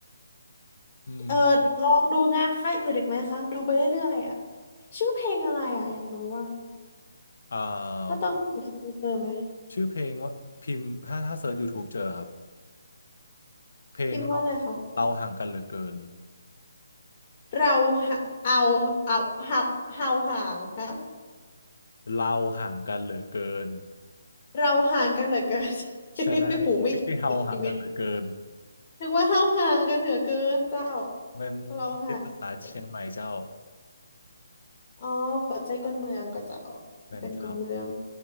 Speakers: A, on the left; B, on the left.
A: อืม
B: เออลองดูงานค่ายอื่นอีกไหมคะดูไปเรื่อยๆอ่ะชื่อเพลงอะไรอ่ะอยากรู้ว่า
A: อ่า
B: ถ้าต้องสืบดูเจอไหม
A: ชื่อเพลงว่าพิมพ์ถ้าถ้าเซิร์ช YouTube เจอครับเพลงเรา
B: คิมว่าอะไรคะ
A: เราห่างกันเหลือเกิน
B: เราหะเอาเอาเอาเอาห่างฮะ
A: เราห่างกันเหลือเกิน
B: เราห่างกันเหลือเกิน <laughs>
A: ใช่
B: หูไม่ดีอีกชีวิต
A: ไม่ใช่เราห่างกันเหลือเกิน
B: นึกว่าเฮาห่างกันเหลือเกินเจ้า
A: มัน
B: เราห่างกันเหลือเกิน
A: เป็นภาษาเชียงใหม่เจ้า
B: อ๋อปัจจัยคนเมืองก็เจ้า
A: แม่นเจ้า
B: เป็นคนเมือง